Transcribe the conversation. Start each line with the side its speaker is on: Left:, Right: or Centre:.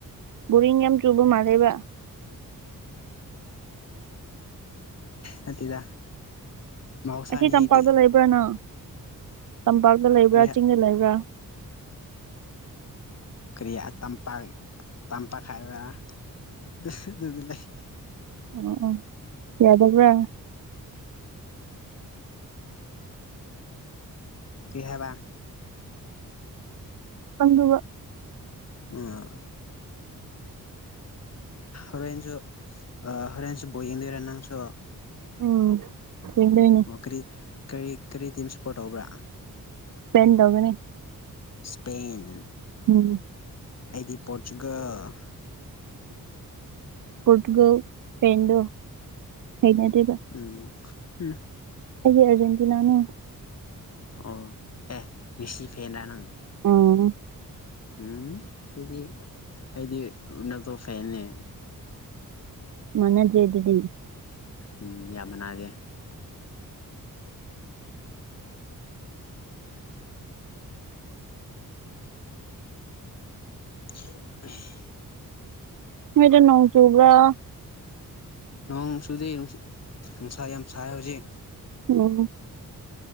Right: ꯕꯨꯔꯤꯡ ꯌꯥꯝ ꯆꯨꯕ ꯃꯜꯂꯦꯕ
Left: ꯅꯠꯇꯦꯗ ꯃꯍꯧꯁꯥꯅꯤ
Right: ꯑꯁꯤ ꯇꯝꯄꯥꯛꯇ
Left: ꯑꯩꯗꯤ
Right: ꯂꯩꯕ꯭ꯔꯥꯅꯪ ꯇꯝꯄꯥꯛꯇ ꯂꯩꯕ꯭ꯔꯥ
Left: ꯀꯔꯤ
Right: ꯆꯤꯡꯗ ꯂꯩꯕ꯭ꯔꯥ
Left: ꯀꯔꯤ ꯇꯝꯄꯥꯛ ꯇꯝꯄꯥꯛꯈꯥꯏꯕ ꯑꯗꯨ ꯂꯩ
Right: ꯑꯣ ꯎ ꯌꯥꯎꯗꯒ꯭ꯔ
Left: ꯀꯔꯤ ꯍꯥꯏꯕ
Right: ꯑꯗꯨꯒ
Left: <unintelligible> ꯍꯣꯔꯦꯟꯁꯨ ꯍꯣꯔꯦꯟꯁꯨ ꯕꯣ ꯌꯦꯡꯗꯣꯏꯔꯥ ꯅꯪꯁꯨ
Right: ꯎꯝ ꯌꯦꯡꯗꫭꯏꯅꯤ
Left: ꯀꯔꯤ ꯀꯔꯤ ꯀꯔꯤ ꯇꯤꯝ ꯁꯞꯄꯣꯔꯠ ꯇꯧꯕ꯭ꯔꯥ
Right: ꯄꯦꯟ ꯇꯧꯒꯅꯤ
Left: ꯏꯁꯄꯦꯟ
Right: ꯎꯝ
Left: ꯑꯩꯗꯤ ꯄꯣꯔꯆꯨꯒꯜ
Right: ꯄꯣꯔꯇꯨꯒꯜ ꯐꯦꯟꯗꯣ ꯍꯩꯅꯗꯦꯕ
Left: ꯎꯝ ꯎꯝ
Right: ꯑꯩꯗꯤ ꯑꯔꯖꯦꯟꯇꯤꯅꯥꯅꯦ
Left: ꯑꯣ ꯑꯦ ꯃꯤꯁꯤ ꯐꯦꯟꯔ ꯅꯪ
Right: ꯎꯝ
Left: ꯎꯝ ꯗꯨꯗꯤ ꯑꯩꯗꯤ ꯔꫭꯅꯥꯜꯗꫭ ꯐꯦꯟꯅꯦ
Right: ꯃꯥꯟꯅꯗ꯭ꯔꯦ ꯗꯨꯗꯤ
Left: ꯎꯝ ꯌꯥꯝ ꯃꯅꯥꯒꯦ <unintelligible>
Right: ꯅꫭꯏꯗ ꯅꯣꯡ ꯆꯨꯕ꯭ꯔꫭ
Left: ꯅꯣꯡ ꯆꯨꯗꯤ ꯅꯨꯡꯁꯥ ꯌꯥꯝ ꯁꯥꯏ ꯍꯧꯖꯤꯛ
Right: ꯎꯝ